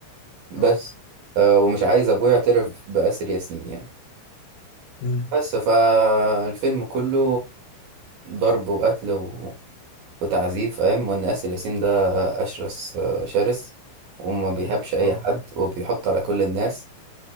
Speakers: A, on the right; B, on the left.
A: بس
B: اه اه
A: آه، ومش عايز ابوه يعترف باسر ياسين يعني
B: أمم.
A: بس فالفيلم كله ضرب وقتل و... وتعذيب فاهم وان اسر ياسين ده اشرس آه، شرس وما بيهابش اي
B: اه
A: حد وبيحط على كل الناس